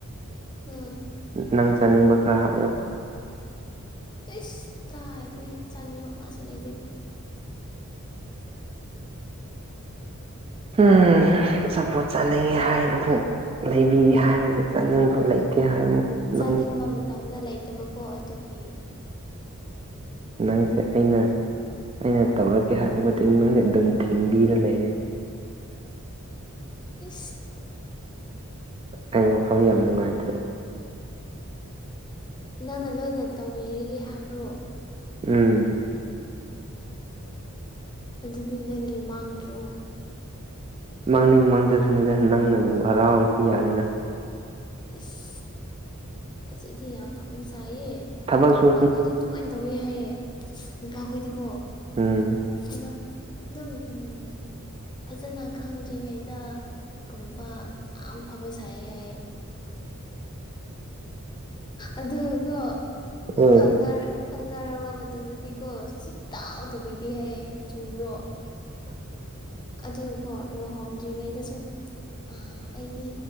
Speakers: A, on the left; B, on the right.
A: ꯎꯝ
B: ꯅꯪ ꯆꯥꯅꯤꯡꯕ ꯈꯔ ꯍꯥꯏꯌꯣ
A: ꯑꯩꯁ ꯇꯥꯗꯤ ꯆꯥꯅꯤꯡꯕ ꯑꯃꯁꯨ ꯂꯩꯗꯤꯦ
B: ꯎꯝ ꯆꯄꯣꯠ ꯆꯥꯅꯤꯡꯉꯦ ꯍꯥꯏꯅ ꯑꯃꯨ ꯂꯩꯕꯤꯒꯦ ꯍꯥꯏꯔꯒ ꯆꯠꯅꯤꯡꯕ ꯂꯩꯇꯦ ꯍꯥꯏꯔ ꯑꯃꯨꯛ
A: ꯆꯥꯅꯤꯡꯕ
B: ꯅꯪ
A: ꯃꯇꯝꯗ ꯂꯩꯇꯕꯀꯣ ꯑꯗꯨꯒꯤ
B: ꯅꯪꯁꯦ ꯑꯩꯅ ꯑꯩꯅ ꯇꯧꯔꯛꯀꯦ ꯍꯥꯏꯕ ꯃꯇꯨꯡ ꯅꯪꯁꯦ ꯑꯗꯨꯝ ꯊꯤꯡꯕꯤꯔ ꯂꯩꯔꯦ
A: ꯍ
B: ꯑꯩ ꯋꯥꯈꯜ ꯌꯥꯝ ꯅꯨꯡꯉꯥꯏꯇꯦ
A: ꯅꯪꯅ ꯂꯣꯏꯅ ꯇꯧꯕꯤꯔꯤꯒꯦ ꯍꯥꯏꯕ꯭ꯔꯣ
B: ꯎꯝ
A: ꯑꯗꯨꯗꯤ ꯅꯪꯒꯤ ꯃꯥꯡꯗ꯭ꯔꯣ
B: ꯃꯥꯡꯅꯤꯡ ꯃꯥꯡꯖꯁꯤꯅꯗ ꯅꯪꯅꯕꯨ ꯍꯔꯥꯎꯔꯗꯤ ꯌꯥꯜꯂꯤꯦꯅ
A: ꯏꯁ ꯑꯁꯤꯗꯤ ꯌꯥꯝ ꯐꯕ ꯁꯥꯏꯌꯦ
B: ꯊꯕꯛꯁꯨ
A: ꯅꯨꯄꯥꯈꯣꯏꯗꯤ ꯑꯗꯨꯃꯥꯏꯅ ꯇꯧꯋꯤ ꯍꯥꯏꯌꯦ ꯅꯨꯄꯥꯈꯣꯏꯗꯤꯀꯣ
B: ꯎꯝ
A: ꯏꯩꯅ ꯑꯗꯨꯝ ꯎꯝ ꯐꯖꯅ ꯈꯪꯗ꯭ꯔꯤꯉꯩꯗ ꯒꯨꯝꯕ ꯌꯥꯝ ꯐꯕ ꯁꯥꯏ ꯍꯥꯏꯌꯦ ꯑꯗꯨꯒꯣ
B: ꯎꯝ
A: ꯈꯪꯅꯔ ꯈꯪꯅꯔꯕ ꯃꯇꯨꯡꯗꯗꯤꯀꯣ ꯁꯨꯇꯥꯎꯗꯕꯤꯗꯦ ꯍꯥꯏꯌꯦꯦ ꯆꯨꯔꯣ ꯑꯗꯨꯕꯨꯣ ꯂꯨꯍꯣꯡꯗ꯭ꯔꯤꯉꯩꯗꯁꯨ ꯑ ꯑꯩꯗꯤ